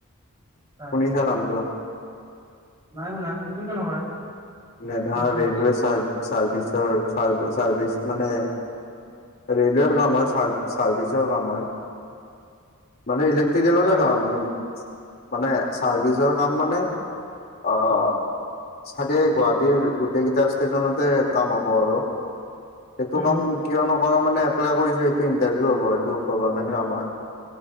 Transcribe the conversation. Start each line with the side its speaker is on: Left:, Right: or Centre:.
Right: আচ্ছা।
Left: শুনিছা নামটো।
Right: নাই শুনা, সেইটো কিয় নকৰা?
Left: মেধা
Right: সেইটো ওচৰত
Left: ৰেলোৱে
Right: আছে
Left: চাৰ চাৰ্ভিচৰ্ চাৰ্ভিচ মানে- ৰেলৱেৰ কাম হয় চাৰ্ভিচৰ কাম হয়, মানে- ইলেক্ট্ৰনিকৰে
Right: আচ্ছা
Left: কাম, কিন্তু- মানে চাৰ্ভিচৰ কাম মানে অ, চ গুৱাহাটীৰ গোটেই কেইটা ষ্টেচনতে কাম হ'ব আৰু সেইটো
Right: উম
Left: কাম কিয় নকৰা মানে এপ্লাই কৰিছো এইটো ইটাৰভিউ হ'ব এইটো গভামেণ্ট কাম হয়।